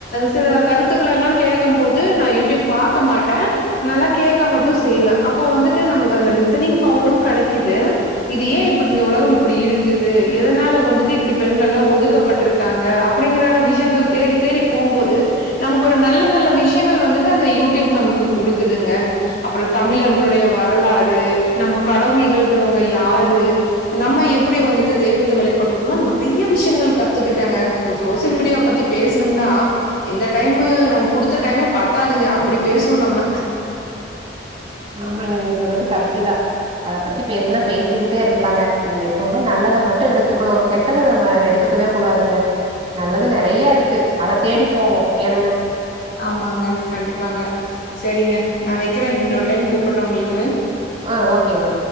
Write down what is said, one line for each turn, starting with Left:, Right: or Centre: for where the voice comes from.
Left: சில கருத்துக்களல்லா கேக்கும் போது நா யூடியூப் பாக்க மாட்ட நல்லா கேக்க மட்டு செய்வே அப்போ வந்துட்டு நமக்கு அந்த லிசனிங் பவரு கெடைக்குது இது ஏ இப்டி இந்த உலகம் இப்டி இருக்குது எதனால வந்துட்டு இப்டி பெண்கள்லா ஒதுக்கப்பட்ருக்காங்க அ அப்டிங்குற விஷயங்கள் தேடி தேடி போம்போது நமக்கு ஒரு நல்ல நல்ல விஷயங்கள் வந்துட்டு அந்த யூடியூப் நமக்கு குடுக்குதுங்க அப்றோ தமிழர்களுடைய வரலாறு நம்ம கடவுள்கள்கறவங்க யாரு நம்ம எப்படி வந்துட்டு தெய்வத்த வழி பட்ணு மா நெறைய விஷயங்கள் கத்துக்கிட்டங்க சோ சோசியல் மீடியாவா பத்தி பேசணும்னா இந்த டைமு நம்ம குடுத்த டைமே பத்தாதுங்க அப்படி பேசுவோ நம்ம
Right: ஆமாங்க நீங்க சொன்னது கரெட்டு தா அத பத்தி பேசுனா பேசிக்கிட்டே இருக்கலாங்க நம்ம எப்பவுமே நல்லத மட்டு எடுத்துக்கணு கெட்டத நம்ம எடுத்துக்கவே கூடாதுங்க நல்லது நறைய இருக்கு அத தேடி போவோ ஏனுங்க
Left: ஆமாங்க கண்டிப்பாங்க சேரிங்க நா வைக்கிறே இன்னொரு டைம் கூப்புட்றே உங்களுக்கு
Right: ஆ ஓகேங்க